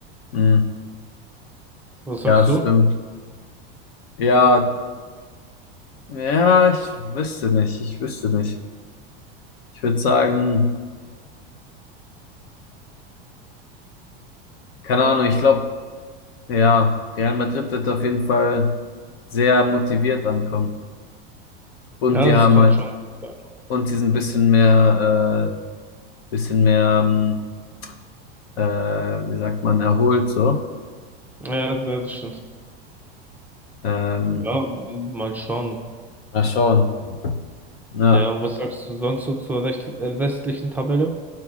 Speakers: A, on the left; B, in the centre.
A: mh.
B: Was
A: Ja,
B: sagst
A: stimmt.
B: du?
A: Ja, ja, ich wüsste nicht, ich wüsste nicht. Ich würde sagen, keine Ahnung, ich glaube, ja, Real Madrid wird auf jeden Fall sehr motiviert ankommen. Und
B: Ja,
A: die
B: das
A: haben
B: kann
A: halt
B: schon sein.
A: und sie sind ein bisschen mehr, äh, bisschen mehr, ähm, äh, wie sagt man, erholt so.
B: Ja, ja, das stimmt.
A: Ähm,
B: Ja, m- mal schauen.
A: mal schauen. Ja,
B: Ja, und was sagst du sonst so zur recht, äh, westlichen Tabelle?